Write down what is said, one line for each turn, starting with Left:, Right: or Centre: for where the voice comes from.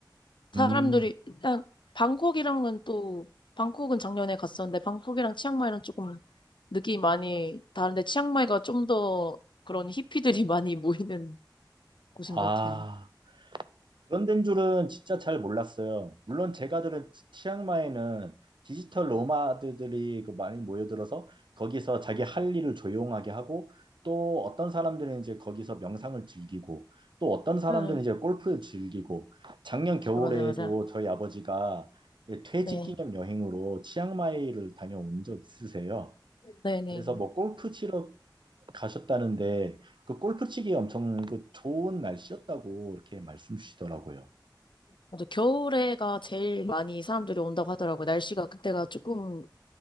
Left: 사람들이,
Right: 음,
Left: 일단, 방콕이랑은 또, 방콕은 작년에 갔었는데, 방콕이랑 치앙마이랑 조금 느낌이 많이 다른데, 치앙마이가 좀 더 그런 히피들이 <laughs> 많이 모이는 곳인
Right: 아.
Left: 것 같아요.
Right: 그런 데인 줄은 진짜 잘 몰랐어요. 물론 제가 들은 치- 치앙마이는 디지털 노마드들이 그 많이 모여들어서 거기서 자기 할 일을 조용하게 하고 또 어떤 사람들은 이제 거기서 명상을 즐기고 또 어떤 사람들은
Left: 응.
Right: 이제 골프를 즐기고 작년 겨울에도
Left: 아, 맞아, 맞아.
Right: 저희 아버지가 이제 퇴직
Left: 네.
Right: 기념 여행으로 치앙마이를 다녀온 적 있으세요.
Left: 네네.
Right: 그래서 뭐 골프 치러 가셨다는데 그 골프 치기 엄청 그 좋은 날씨였다고 이렇게 말씀 주시더라고요.
Left: 맞아. 겨울에가 제일 많이 사람들이 온다고 하더라고요. 날씨가 그때가 조금